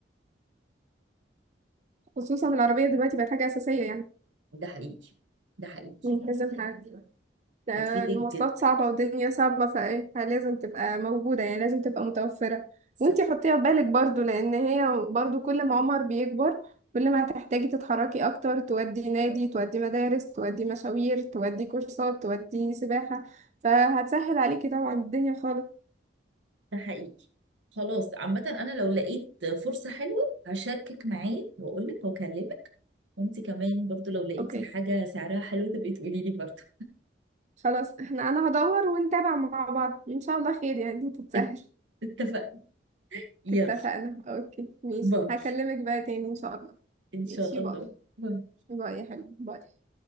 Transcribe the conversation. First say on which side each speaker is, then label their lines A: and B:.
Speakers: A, on the right; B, on the right.
A: خصوصا العربيه دلوقتي بقت حاجه اساسيه يعني
B: ده حقيقي ده حقيقي
A: مم. لازم حد ده
B: هتفيدك
A: المواصلات
B: جدا
A: صعبة والدنيا صعبة فايه لازم تبقى موجودة يعني لازم تبقى متوفرة
B: صح
A: وانتي حطيها في بالك برضو لأن هي برضو كل ما عمر بيكبر كل ما هتحتاجي تتحركي أكتر تودي نادي تودي مدارس تودي مشاوير تودي كورسات تودي سباحة فهتسهل عليكي طبعا الدنيا خالص
B: ده حقيقي خلاص عامة انا لو لقيت فرصة حلوة هشاركك معايا واقول لك واكلمك وانت كمان برضو لو لقيتي
A: اوكي
B: حاجة سعرها حلو تبقي تقولي لي برضو
A: خلاص احنا انا هدور ونتابع مع بعض ان شاء الله خير يعني تتسهل
B: <laughs> ات- اتفقنا يلا
A: اتفقنا اوكي ماشي
B: باي
A: هكلمك بقى تاني ان شاء الله
B: ان شاء
A: ماشي
B: الله
A: باي
B: باي
A: باي يا حبيبي باي